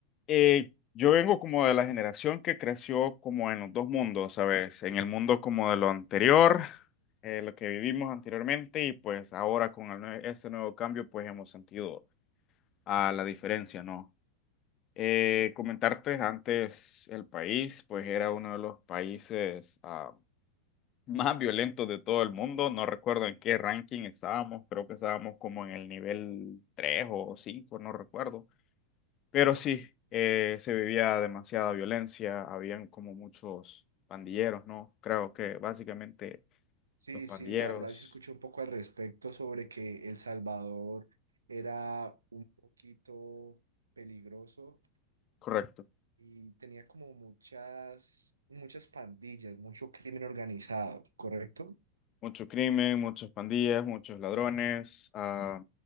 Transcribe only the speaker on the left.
eh, yo vengo como de la generación que creció como en los dos mundos, ¿sabes? En el mundo como de lo anterior, eh, lo que vivimos anteriormente y pues ahora con el nue- ese nuevo cambio pues hemos sentido a la diferencia, ¿no? Eh, comentarte antes, el país, pues era uno de los países ah, <laughs> más violentos de todo el mundo. No recuerdo en qué ranking estábamos, creo que estábamos como en el nivel 3 o cinco no recuerdo. Pero sí, eh, se vivía demasiada violencia, habían como muchos pandilleros, ¿no? Creo que básicamente
los pandilleros,
correcto.
mucho crimen, muchas pandillas, muchos ladrones. ah,